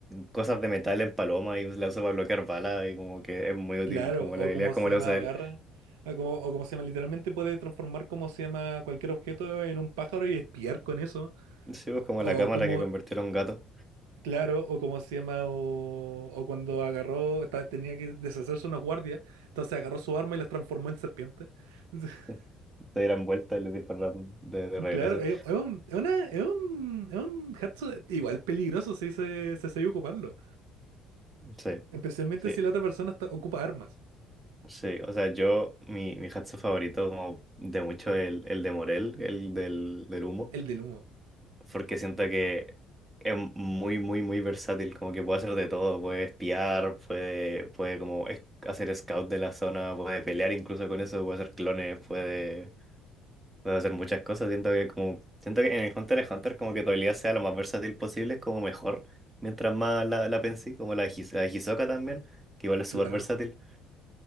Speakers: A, on the right; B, on the right.
A: cosas de metal en paloma y la usa para bloquear balas y como que es muy útil
B: claro,
A: como
B: o
A: la habilidad
B: como
A: como
B: se
A: la
B: llama
A: usa él.
B: garra, o como, o como se llama, literalmente puede transformar como se llama cualquier objeto en un pájaro y espiar con eso.
A: Sí, pues como
B: O
A: la cámara
B: como
A: que convirtió en un gato.
B: Claro, o como se llama, o, o cuando agarró, esta- tenía que deshacerse unos guardias, entonces agarró su arma y las transformó en serpiente. <laughs>
A: <laughs> Sí. Se dieran vuelta y le dispararan de, de regreso.
B: Claro, es, es un, es una- es un, es un hatsu igual peligroso si se, se sabe ocuparlo,
A: Sí.
B: especialmente
A: Sí,
B: si la otra persona está- ocupa armas,
A: Sí, o sea, yo, mi, mi hatsu favorito como de mucho es el, el de Morel, el del, del humo,
B: el del humo,
A: porque siento que es muy, muy, muy versátil, como que puede hacer de todo, puede espiar, puede, puede como es- hacer scout de la zona, puede pelear incluso con eso, puede hacer clones, puede, puede hacer muchas cosas, siento que como, siento que en el Hunter x Hunter como que tu habilidad sea lo más versátil posible, es como mejor, mientras más la, la pensé, como la, His- la Hisoka también, que igual es
B: claro.
A: súper versátil.